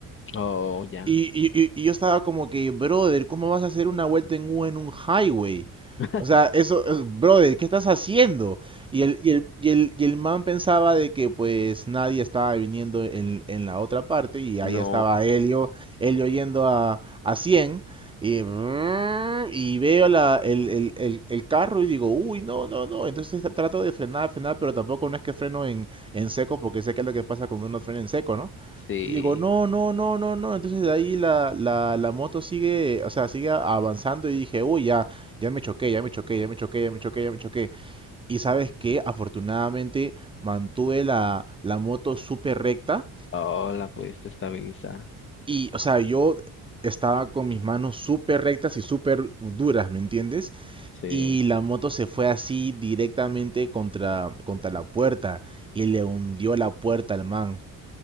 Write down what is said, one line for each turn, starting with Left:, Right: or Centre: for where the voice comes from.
Left: Oh, ya.
Right: y, y- y- y yo estaba como que, brother, ¿cómo vas a hacer una vuelta en U en un highway?
Left: <laughs>
Right: O sea, eso, es- brother, ¿qué estás haciendo? Y el, y el, y el, y el man pensaba de que pues nadie estaba viniendo en, en la otra parte y ahí
Left: No,
Right: estaba Helio, Helio yendo a, a 100 y, brrr, y veo la, el, el, el, el carro y digo, uy, no, no, no. Entonces tra- trato de frenar, frenar, pero tampoco no es que freno en, en seco porque sé que es lo que pasa cuando uno frena en seco, ¿no?
Left: sí.
Right: Y digo, no, no, no, no, no. Entonces de ahí la, la, la moto sigue, o sea, sigue avanzando y dije, uy, ya, ya me choqué, ya me choqué, ya me choqué, ya me choqué, ya me choqué. Y sabes qué, afortunadamente mantuve la, la moto súper recta
Left: Oh, la pudiste estabilizar.
Right: y, o sea, yo estaba con mis manos súper rectas y súper duras, ¿me entiendes?
Left: Sí.
Right: Y la moto se fue así directamente contra, contra la puerta y le hundió la puerta al man.